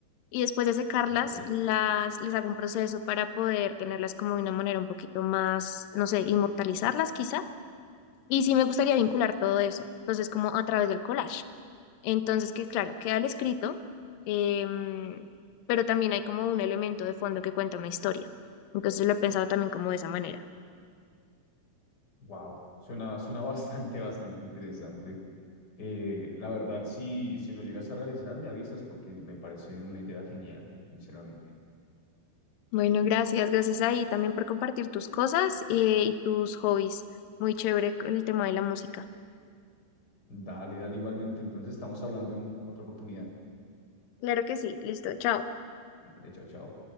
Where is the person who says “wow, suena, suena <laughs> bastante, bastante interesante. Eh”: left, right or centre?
Left